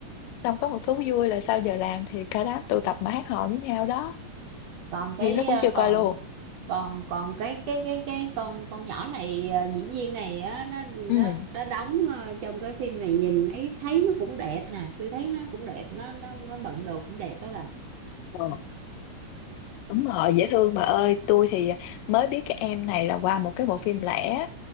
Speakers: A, on the left; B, on the right.
A: xong có một thú vui là sau giờ làm thì cả đám tụ tập mà hát hò với nhau đó
B: còn cái
A: phim nó cũng
B: ờ,
A: chưa
B: còn
A: coi luôn
B: còn còn cái cái cái cái con con nhỏ này ờ, diễn viên này á nó nó
A: ừ
B: nó đóng ờ, trong cái phim này nhìn ấy thấy nó cũng đẹp nè tôi thấy nó cũng đẹp nó nó nó bận đồ cũng đẹp đó bà
A: Ờ. đúng rồi dễ thương bà ơi tôi thì mới biết cái em này là qua một cái bộ phim lẻ